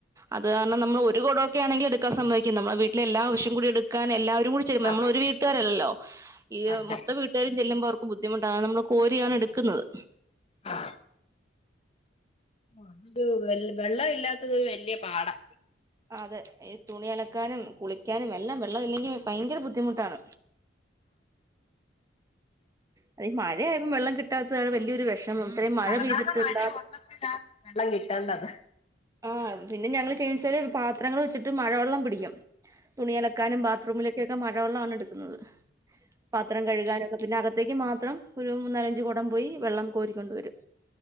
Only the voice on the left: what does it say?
ആ
പറ്റത്തില്ല.
അല്ല
ശരി
ആ ഓഹ അതൊരു വെള്ളം ഇല്ലാത്തതൊരു വലിയ പാടാ
സാധാരണ മഴ ഉള്ളപ്പോഴാ വെള്ളം കിട്ടണ്ടത്